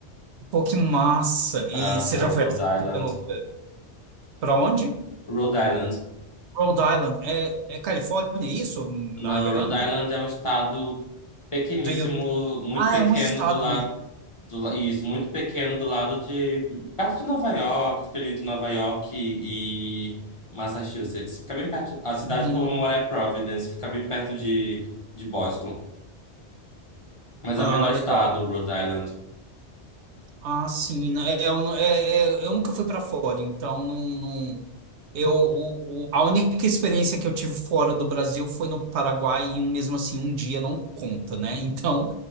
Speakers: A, on the right; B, on the left.
A: Pô, que massa. E
B: para
A: você
B: para
A: já
B: Rhode
A: foi aceito
B: Island.
A: pelo. Para onde?
B: Rhode Island.
A: Rhode Island. É, é Califórnia é isso? Miami?
B: Não, Rhode Island é um estado pequeníssimo,
A: Do you...
B: muito
A: Ah,
B: pequeno
A: é um estado
B: do lado
A: mesmo.
B: Do, la- isso, muito pequeno do lado de. Perto de Nova York, fica ali entre Nova York e e Massachusetts. Fica bem perto. A cidade
A: Uhum.
B: que eu vou morar é Providence, fica bem perto de, de Boston. Mas
A: Ah,
B: é o menor
A: legal.
B: estado, Rhode Island.
A: Ah, sim. né, é, Eu, não- é, é, eu nunca fui para fora, então não, não eu o, o- a única experiência que eu tive fora do Brasil foi no Paraguai e mesmo assim um dia não conta, né? Então